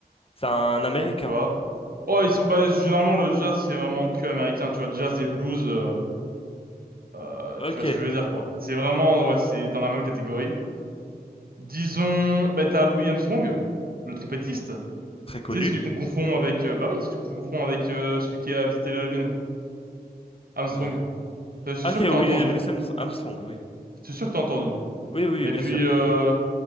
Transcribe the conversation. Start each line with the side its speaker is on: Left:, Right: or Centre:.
Left: C'est un Américain.
Right: tu vois. Oh, ils sont pas, généralement, le jazz, c'est vraiment que américain, tu vois, jazz et blues, euh, euh,
Left: Ok.
Right: tu vois ce que je veux dire, quoi. C'est vraiment, ouais, c'est dans la même catégorie. Disons, bah t'as Louis Armstrong, le trompettiste.
Left: Très connu.
Right: C'est celui qu'on confond avec, euh, bah oui, celui qu'on confond avec euh, celui qui a visité la Lune, Armstrong.
Left: Euh,
Right: Euh, Je suis
Left: Ok,
Right: sûr que t'as
Left: oui,
Right: entendu.
Left: Louis Am- Armstrong, oui.
Right: Je suis sûr que t'as entendu.
Left: Oui, oui,
Right: Et
Left: bien
Right: puis,
Left: sûr.
Right: euh,